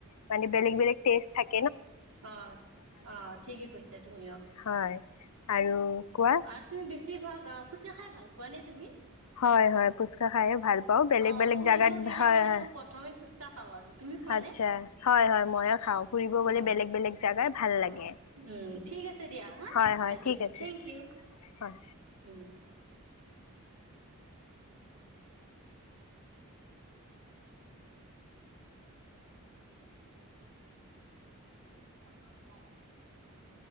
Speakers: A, on the left; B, on the right.
A: মানে বেলেগ, বেলেগ টেষ্ট থাক
B: অ', অ', ঠিকে কৈছা তুমি অ',
A: হয় আৰু কোৱা
B: আৰু তুমি বেছিভাগ আহ ফুচকা খাই ভাল পোৱা নে তুমি?
A: হয়, হয় ফুচকা খাই ভাল পাওঁ বেলেগ,
B: অ
A: বেলেগ
B: ফুৰিব
A: জাগাত
B: গেলে
A: হয়,
B: মানে
A: হয়
B: মই প্ৰথমে ফুচকা খাওঁ আৰু তুমি খোৱা
A: আচছা
B: নে?
A: হয়, হয় মইও খাওঁ ফুৰিব গ'লে
B: অ
A: বেলেগ, বেলেগ জাগাৰ ভাল
B: অ',
A: লাগে
B: উ, ঠিক আছে দিয়া হা
A: হয় হয়
B: ৰাখিছো,
A: ঠিক আছে
B: থেংক ইউ।
A: হয়
B: উম। <unintelligible>